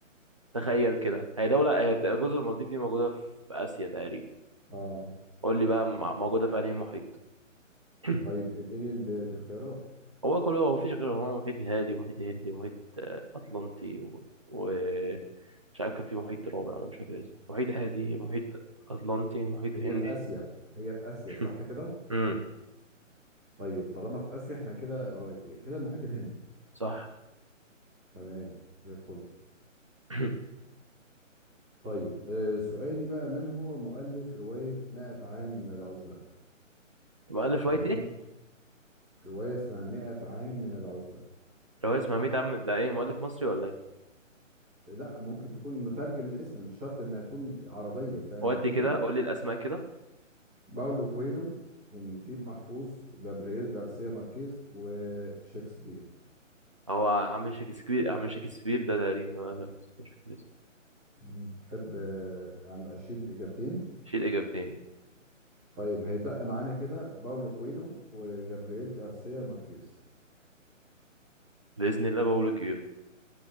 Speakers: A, on the right; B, in the centre.
A: تخيل كده هي دولة هي جزر المالديف دي موجودة في آسيا تقريبا
B: اه
A: قول لي بقى م- موجودة في أنهي محيط <clears throat>
B: طيب اديني ال- الاختيارات
A: هو كله هو مفيش غير هو محيط هادي ومحيط هندي ومحيط أطلنطي و... و... مش عارف كان في محيط رابع أنا مش فاكر اسمه محيط هادي محيط أطلنطي محيط
B: هي
A: هندي
B: في آسيا هي في آسيا
A: <clears throat>
B: صح كده
A: امم
B: طيب طالما في آسيا احنا كده قريب كده المحيط الهندي
A: صح
B: تمام زي الفل
A: <clears throat>
B: طيب آه سؤالي بقى من هو مؤلف رواية 100 عام من العزلة
A: مؤلف
B: تمام
A: رواية ايه؟
B: رواية اسمها 100 عام من العزلة
A: رواية اسمها 100 عام ده ايه مؤلف مصري ولا ايه؟
B: لا ممكن تكون مترجم الاسم مش شرط انها تكون عربية فاهم
A: ودي
B: الفكرة
A: كده قول لي الأسماء كده
B: باولو كويلو ونجيب محفوظ وجابرييل جارسيا ماركيز وشكسبير
A: هو عم شكسبير عم شكسبير ده تقريبا أنا مش مش فاكر اسمه
B: مم. تحب آه، أعم- أشيل الإجابتين
A: شيل إجابتين
B: طيب هيتبقى معانا كده باولو كويلو وجابرييل جارسيا ماركيز
A: بإذن الله بقول لك إيرو